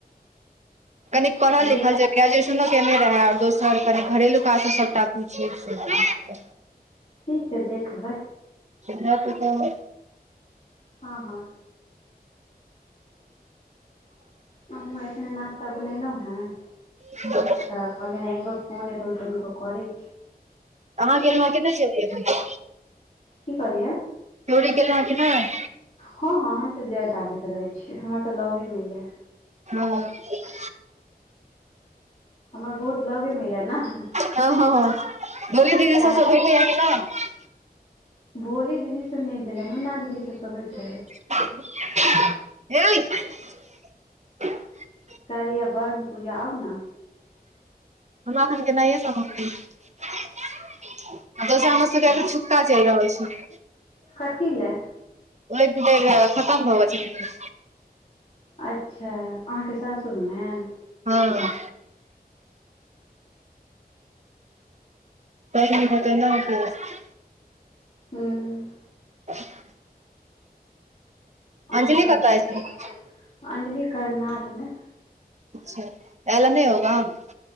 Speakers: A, on the right (about 45°); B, on the left (about 40°).
A: कनी पढ़ल
B: देख
A: लिखल जदी ग्रेजुएशनो केने रहै आर दोसर घरेलू काज सभटा पूछिपुछिक
B: ठीक छै देखबै
A: ना ना तो देखब
B: हँ हँ हमहुूँ एखने नाास्ता बनेलहुँ हें
A: ह
B: तऽ कहलियनि एक बेर फोने परभैट करि
A: अहाँ गेल रहौं कि नहि छलियै
B: की कहलियै
A: जोरी गेलहकि नहि
B: हँ हँ हम तऽ जाइत आबैत रहै छीियै हमर तऽ लगे मे यऽ
A: हँ
B: हमर बहुत लगे मे ये नऽह
A: हँ हँ हँ डोली दीदी
B: काइल्हस
A: सबसँ भेटैया कि नहि
B: भोली दीदी से नहि भेलहेंय‍। हमरा दीदी से सब होइत रहे
A: <unintelligible>
B: काल्हि ये ब्रह्म पूजा आउ न
A: हमरा एखन गेनायये संभव नहि--ऐ आ दोसर
B: अच्छा
A: हमर सबके एखन छुतका चलि रहल छैय
B: कथी ले
A: ओहि दुआरे खतम भऽ गेल छैय
B: अच्छे अहाँके सासुर मे--ह
A: हँ तैह दिन भऽ के नह केश
B: हूँ
A: <unintelligible>
B: आओर
A: अंजली
B: सभ
A: कतऽ
B: कहियौ
A: अछि एखन
B: अंजलि करनााल मे
A: अच्छऽ ऐल नहि ओ गांव